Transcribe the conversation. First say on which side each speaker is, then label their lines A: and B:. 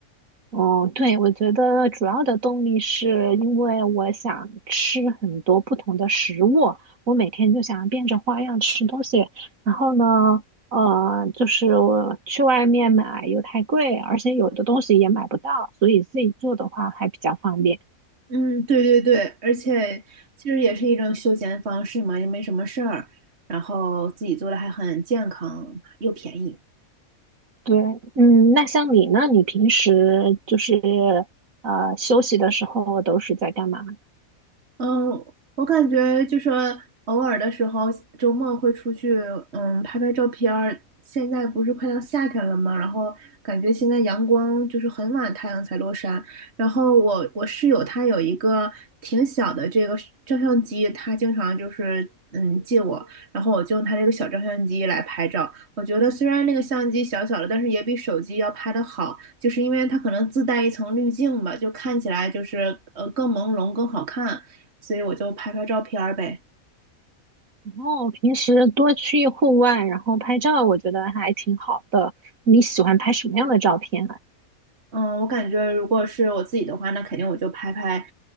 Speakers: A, on the right; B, on the right.
A: 哦，对，我觉得主要的动力是因为我想吃很多不同的食物，我每天就想变着花样吃东西。然后呢，呃，就是我去外面买又太贵，而且有的东西也买不到，所以自己做的话还比较方便。
B: 嗯，对对对，而且其实也是一种休闲方式嘛，也没什么事儿，然后自己做的还很健康又便宜。
A: 对，嗯，那像你呢？你平时就是呃休息的时候都是在干嘛？
B: 嗯，我感觉就说偶尔的时候，周末会出去，嗯，拍拍照片儿。现在不是快到夏天了吗？然后感觉现在阳光就是很晚太阳才落山。然后我我室友他有一个挺小的这个照相机，他经常就是嗯借我，然后我就用他这个小照相机来拍照。我觉得虽然那个相机小小的，但是也比手机要拍的好，就是因为它可能自带一层滤镜吧，就看起来就是呃更朦胧更好看。所以我就拍拍照片儿呗。
A: 然后平时多去户外，然后拍照，我觉得还挺好的。你喜欢拍什么样的照片啊？
B: 嗯，我感觉如果是我自己的话，那肯定我就拍拍，